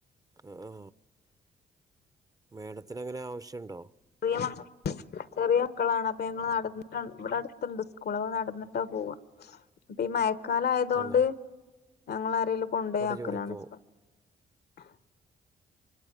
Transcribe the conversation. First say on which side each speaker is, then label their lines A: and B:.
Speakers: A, on the right; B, on the left.
A: ആ ആ മേഡത്തിന് അങ്ങനെ ആവിശ്യം ഇണ്ടോ
B: ചെറിയ മക്ക ചെറിയ മക്കളാണ് അപ്പൊ ഞങ്ങൾ നട ന്ന് ഇവിടെ അടുത്തുണ്ട് സ്കൂൾ അപ്പോ നടന്നിട്ടാ പോവാ മഴകാലമായതോണ്ട്
A: തന്നെ
B: ഞങ്ങൾ ആരേലും കൊണ്ടോയ്
A: കൊട
B: ആക്കലാണ്
A: ചൂടി പോവും
B: ഇപ്പൊ <unintelligible>